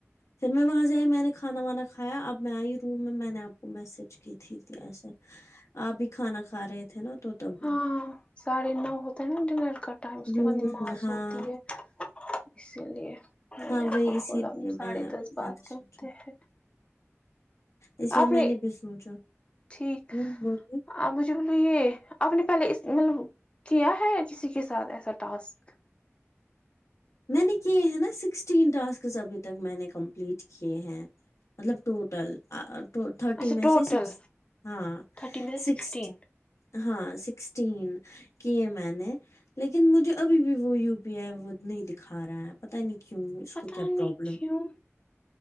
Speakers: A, on the left; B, on the left.
A: پھر میں وہاں ائی میں نے کانا وانا کھایا اب میں آئی روم میں میں نے آپ کو میسج کی تھی کی ایسا آپ بھی کھانا کھا رہے تھے نا تو تبھی
B: ہاں ساڑھے نو ہوتا ہے نا ڈنر کا ٹائم اس کے
A: ہوں
B: بعد نماز
A: ہاں
B: ہوتی ہے اسی لیے میں
A: ہاں
B: نے
A: وہی
B: آپ کو
A: اسی
B: بولا
A: لیے
B: ساڑھے
A: میں
B: دس بات
A: میں نے سوچا
B: کرتے ہیں
A: اس لیے
B: آپ نے
A: میں بھی سوچھا
B: ٹھیک
A: ہمم بلیے
B: آپ مجھے بولیے آپ نے پہلے اس مطلب کیا ہے یا کسی کے ساتھ ایسا ٹاسک
A: میں نے کیے ہیں نا سکسٹین ٹاسکس ابھی تک میں نے کمپلیٹ کیے ہیں مطلب ٹوٹل تھرٹی
B: اچھا
A: میں
B: ٹوٹل
A: سے سکس ہاں
B: تھرٹی میں سے
A: سکس
B: سکسٹین
A: ہاں سکسٹین کیے میں نے لیکن مجھے ابھی بھی وہ یو پی آئی وہ نہیں دکھا رہا ہے پتا نہیں کیوں اس
B: پتا
A: کو کیا
B: نہیں
A: پرابلم
B: کیوں